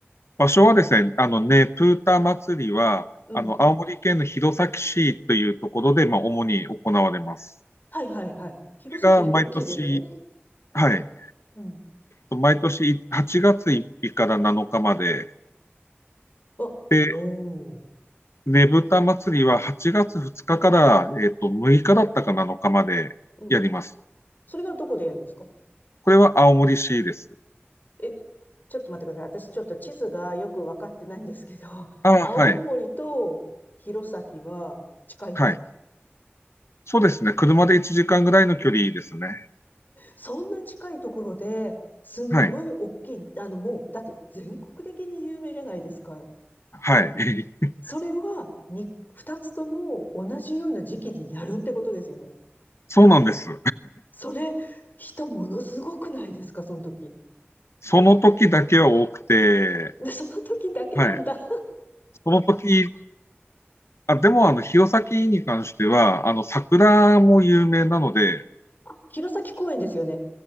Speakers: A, on the left; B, on the left.
A: 場所はですね、あのね、プーター祭りは、
B: うん。
A: あの、青森県の弘前市というところで、まあ、主に行われます。
B: はいはいはい。弘前、
A: れが毎年、
B: 大きいですよね。
A: はい、
B: うん。
A: 毎年8月1日から7日まで、
B: あ、
A: で、
B: おお。
A: ねぶた祭りは8月2日かから、えっと、6日だったか7日までやります。
B: うん。それはどこでやるんですか
A: これは青森市です。
B: え、ちょっと待ってください。私ちょっと地図がよくわかってないんですけど、<laughs>
A: ああ、
B: 青森と弘前は近いんですか
A: はい、はい。そうですね。車で1時間ぐらいの距離ですね。
B: そんな近いところで、すんごい大きい、
A: はい、
B: あのもう、だって全国的に有名じゃないですか。
A: はい。
B: それは、に、二つとも同じような時期にやるってことですよね。
A: <laughs> そうなんです。
B: それ、人ものすごくないですか、その時。
A: その時だけは多くて、
B: で、その時だけなんだ。
A: はい。その時、あ、でも、あの、弘前に関しては、あの、桜も有名なので、
B: <laughs> 弘前公園ですよね。